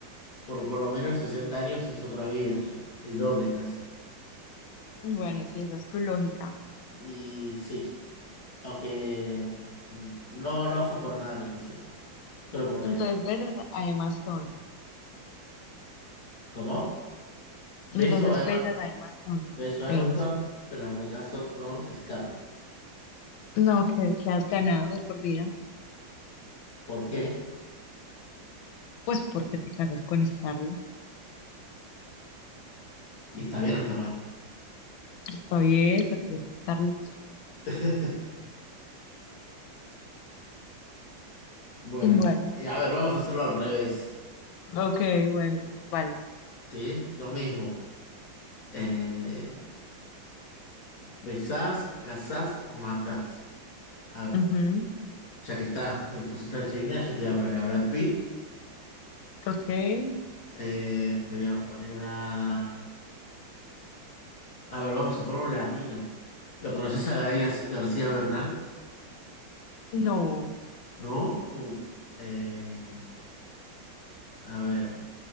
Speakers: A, on the left; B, on the left.
A: por, por lo menos 60 años es otra vida ya, el doble casi.
B: Bueno, si esa es tu lógica.
A: Y sí, aunque mm, no, no fue por nada en especial, solo por la
B: Entonces
A: edad.
B: besas a Emma Stone.
A: ¿Cómo? Beso
B: Entonces
A: a Emma,
B: besas a Emma Stone.
A: beso a
B: Eso.
A: Emma Stone, pero me caso con Scarlett.
B: No, que, que has ganado de por vida.
A: ¿Por qué?
B: Pues porque te casas con Scarlett.
A: ¿Y está bien o está mal?
B: Está bien, pues eres Scarlett.
A: <laughs> Bueno,
B: Bueno,
A: eh, a ver, vamos a hacerlo al revés,
B: ok, bueno, vale.
A: ¿sí? Lo mismo. Eh, ¿Besás, casás o matás? A ver,
B: Ujú,
A: ya que estás, me pusiste a Angelina, yo te voy a poner a Brad Pitt.
B: ok.
A: eh, te voy a poner a. A ver, vamos a poner un latino. ¿Lo conoces a Gael Gar- García Bernal?
B: No,
A: ¿No? Uh, eh, a ver,